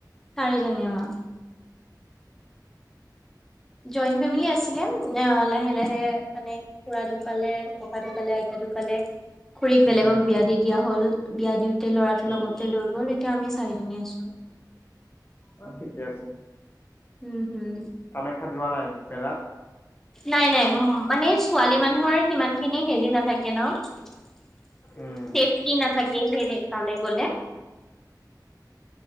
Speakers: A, in the centre; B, on the left.
A: চাৰিজনী উম', জইণ্ট ফেমিলি আছিলে অ' লাহে লাহে মানে খুৰা ঢোকালে ককা ঢোকালে আইতা ঢোকালে খুৰীক বেলেগক
B: উম
A: বিয়া দি দিয়া হল বিয়া দিওঁতে ল'ৰাটো
B: উম
A: লগতে লৈ গ'ল এতিয়া আমি চাৰি জনে আছো
B: অ' ঠিকে আছে
A: উম', হুম
B: কামাখ্যাত যোৱা নাই মেলাত
A: নাই নাই মানে ছোৱালী মানুহৰ সিমান খিনি হেৰি ন থাকে ন'
B: উম
A: চেফতি নাথাকে হে তালে গ'লে